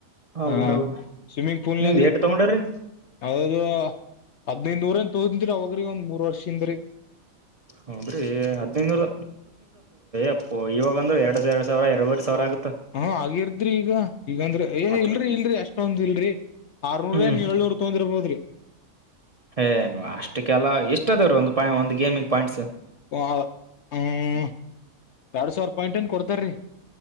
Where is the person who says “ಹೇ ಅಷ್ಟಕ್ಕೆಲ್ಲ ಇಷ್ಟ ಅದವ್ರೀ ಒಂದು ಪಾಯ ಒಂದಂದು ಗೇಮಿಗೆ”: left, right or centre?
Right